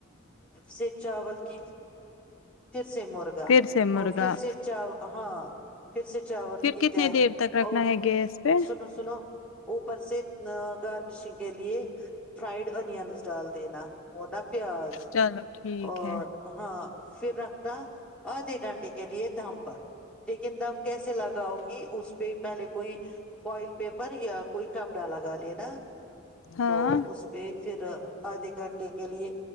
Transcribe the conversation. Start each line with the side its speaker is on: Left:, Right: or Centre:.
Centre: سے چاول کی سے مرغا
Left: پھر سے
Centre: اور
Left: مرغا
Centre: پھر سے ہاں پھر سے چاورتا
Left: پھر کتنے دیر تک رکھنا
Centre: اور
Left: ہے گیس پہ
Centre: سنو سنو اوپر سے ا گارنشنگ کے لیے فرائڈ انس ڈال دینا اونا پیاز
Left: چلو ٹھیک
Centre: اور
Left: ہے
Centre: ہاں پھر رکھنا آدھے گھنٹے کے لیے دم پر لیکن دم کیسے لگاؤ گی اس پہ پہلے کوئی فوائل پیپر یا کوئی کپڑا لگا لینا
Left: ہاں
Centre: تو اس پہ پھر آدھے گھنٹے کے لیے